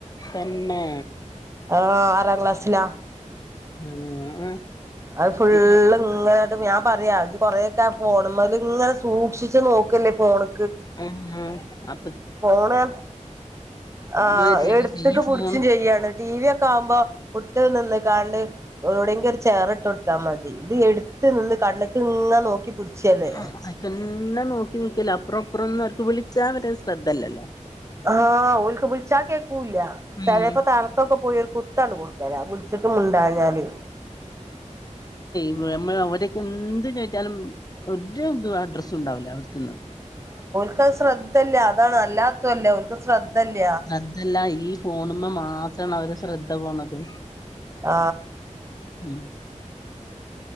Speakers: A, on the left (about 30°); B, on the right (about 20°).
A: തന്നെ
B: ആ ആറാം ക്ലാസിലാ
A: ആഹ് ആഹ്
B: അത് ഫുള്ള്
A: ഇപ്പ
B: ഇങ്ങനെ ട്ട് ഞാൻ പറയാം ഇത് കൊറെയൊക്കെ ഫോണുമേലിങ്ങനെ സൂക്ഷിച്ചച്ച് നോക്കുന്നു ഇപ്പ ഓള്
A: ആ അ
B: ഫോണ് ആ
A: ഇത് വരുന്നത്
B: എടുത്തക്കെ
A: ഈ ഫോൺ
B: പിടിച്ചും ചെയ്യാണ് ടി വി യൊക്കെ ആവുമ്പോ കുട്ടി നിന്ന് നിക്കാണ്ട് എവിടെങ്കി ഒരു ചേയറിട്ട് കൊടുത്താ മതി ഇത് എടുത്ത് നിന്ന് കണ്ണക്ക് ഇങ്ങനെ നോക്കി പിടിച്ചല്ലേ
A: ആ അക്കന്നെ നോക്കി നക്കല്ലെ അപ്പറോം ഇപ്പറൊന്നും അവർക്ക് വിളിച്ചാ വരെ ശ്രദ്ധയില്ലല്ലോ
B: ആ ഓർക്ക് വിളിച്ച കേ ക്കുല്ല ചെലപ്പോ
A: ഉം
B: തലക്കൊക്കെ പോയി ഒരു കു ത്തണു കൊടു കെരാ വിളിച്ചിട്ടും മുണ്ടാഞ്ഞാല്
A: ഇവടെ നമ്മള് അവരൊക്കെ എന്ത് ചോദിച്ചാലും ഒ രൂ ഇത് അഡ്രസുണ്ടാവില്ല അവിടത്തന്ന്
B: ക്കത് ശ്രദ്ധ ദ്ധല്ല അതാണ് അല്ലാത്തല്ലേ അവർക്ക് ശ്രദ്ധല്ല
A: ശ്രദ്ധല്ല ഈ ഫോണമ്മ മാത്രമാണ് അവരുടെ ശ്രദ്ധ പോണത്
B: ആ
A: ഉം